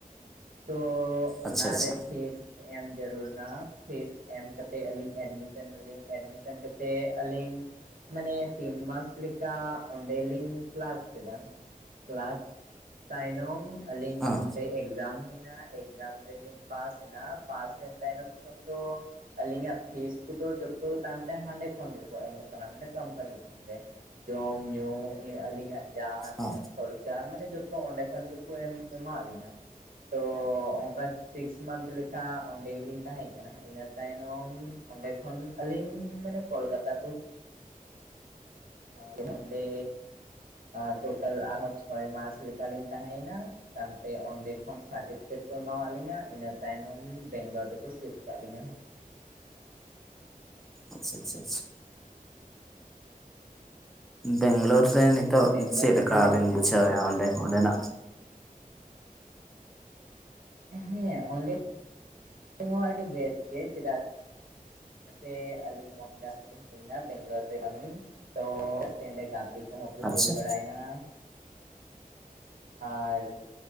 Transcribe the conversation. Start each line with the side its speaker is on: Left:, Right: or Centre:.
Right: ᱛᱚ
Centre: ᱟᱪᱪᱷᱟ
Right: ᱚᱱᱟᱨᱮ
Centre: ᱟᱪᱪᱷᱟ
Right: ᱯᱷᱤᱥ ᱮᱢ ᱡᱟᱹᱨᱩᱲᱱᱟ, ᱯᱷᱤᱥ ᱮᱢ ᱠᱟᱛᱮᱫ ᱟᱹᱞᱤᱧ ᱮᱰᱢᱤᱥᱚᱱᱟᱞᱤᱧ, ᱮᱰᱢᱤᱥᱮᱱ ᱠᱟᱛᱮᱫ ᱟᱹᱞᱤᱧ ᱢᱟᱱᱮ ᱛᱤᱱ ᱢᱟᱥ ᱞᱮᱠᱟ ᱚᱸᱰᱮᱞᱤᱧ ᱠᱞᱟᱥ ᱠᱮᱫᱟ, ᱠᱞᱟᱥ ᱛᱟᱭᱱᱚᱢ ᱟᱹᱞᱤᱧ
Centre: ᱦᱚᱸ
Right: ᱚᱸᱰᱮ ᱮᱠᱡᱟᱢ ᱦᱩᱭᱮᱱᱟ ᱮᱠᱡᱟᱢ ᱨᱮᱞᱤᱧ ᱯᱟᱥ ᱮᱱᱟ ᱯᱟᱥ ᱮᱱ ᱛᱟᱭᱱᱚᱢ ᱠᱷᱚᱱ ᱫᱚ ᱟᱹᱞᱤᱧᱟᱜ ᱯᱷᱤᱥ ᱠᱚᱫᱚ ᱡᱚᱛᱚ <unintelligible> ᱦᱟᱸᱰᱮ ᱠᱷᱚᱱ ᱜᱮᱠᱚ ᱮᱢᱚᱜ ᱠᱟᱱᱟ ᱢᱟᱱᱮ ᱠᱳᱢᱯᱟᱱᱤ ᱠᱷᱚᱱᱜᱮ᱾ ᱡᱚᱢ ᱧᱩ ᱟᱹᱞᱤᱧᱟᱜ ᱡᱟᱦᱟᱸ
Centre: ᱚ
Right: ᱛᱤᱱᱟᱹᱜ ᱠᱷᱚᱨᱪᱟ ᱢᱟᱱᱮ ᱡᱚᱛᱚ ᱚᱸᱰᱮ ᱠᱷᱚᱱ ᱜᱮ ᱠᱚ ᱮᱢ ᱮᱢᱟᱜ ᱞᱤᱧᱟᱹ, ᱛᱚ ᱚᱝᱠᱟ ᱥᱤᱠᱥ ᱢᱟᱱᱛᱷ ᱞᱮᱠᱟ ᱚᱸᱰᱮ ᱜᱮᱞᱤᱧ ᱛᱟᱦᱮᱸᱜ ᱠᱟᱱᱟ ᱦᱮᱸ, ᱤᱱᱟᱹ ᱛᱟᱭᱱᱚᱢ ᱚᱸᱰᱮ ᱠᱷᱚᱱ ᱟᱹᱞᱤᱧ ᱢᱟᱱᱮ ᱠᱳᱞᱠᱟᱛᱟ ᱠᱚ <unintelligible> ᱱᱚᱸᱰᱮ, ᱟᱨ ᱴᱳᱴᱟᱞ ᱟᱨᱦᱚᱸ ᱪᱷᱚᱭ ᱢᱟᱥ ᱞᱮᱠᱟᱞᱤᱧ ᱛᱟᱦᱮᱸᱭᱮᱱᱟ, ᱛᱟᱭᱚᱢᱛᱮ ᱚᱸᱰᱮ ᱠᱷᱚᱱ ᱥᱟᱨᱴᱤᱯᱷᱤᱠᱮᱴ ᱠᱚ ᱮᱢᱟᱣᱟᱫ ᱞᱤᱧᱟ ᱾ ᱤᱱᱟᱹ ᱛᱟᱭᱱᱚᱢ ᱵᱮᱝᱜᱞᱳᱨ ᱨᱮᱠᱚ ᱥᱤᱯᱴ ᱟᱠᱟᱫ ᱞᱤᱧᱟᱹ ᱾
Centre: ᱟᱪᱪᱷᱟ ᱟᱪᱪᱷᱟ ᱟᱪᱪᱷᱟ ᱾ ᱵᱮᱝᱜᱞᱳᱨ ᱨᱮ
Right: ᱱᱤᱛ
Centre: ᱱᱤᱛᱚᱜ
Right: ᱵᱮᱝᱜᱞᱳᱨ
Centre: ᱪᱮᱫᱠᱟ
Right: ᱨᱮ ᱡᱮ ᱢᱮᱱᱟᱜ
Centre: ᱵᱮᱱ
Right: ᱞᱤᱧᱟ
Centre: ᱵᱩᱡᱷᱟᱹᱣᱮᱫᱼᱟ?
Right: ᱫᱚ
Centre: ᱚᱸᱰᱮ ᱚᱸᱰᱮᱱᱟᱜ
Right: ᱦᱮᱸ ᱚᱸᱰᱮ ᱦᱚᱸ ᱟᱹᱰᱤ ᱵᱮᱥ ᱜᱮ ᱪᱮᱫᱟᱜ ᱥᱮ ᱟᱹᱞᱤᱧ ᱯᱚᱱ ᱢᱟᱥ ᱞᱤᱧ ᱦᱩᱭᱱᱟ ᱵᱮᱝᱞᱳᱨ ᱨᱮ ᱠᱟᱹᱢᱤ ᱛᱚ ᱚᱸᱰᱮ ᱜᱟ ᱛᱤ ᱠᱚᱦᱚᱸ ᱠᱚ
Centre: ᱟᱪᱪᱷᱟ
Right: ᱦᱩᱭ ᱵᱟᱲᱟᱭᱱᱟ ᱾ ᱟᱨ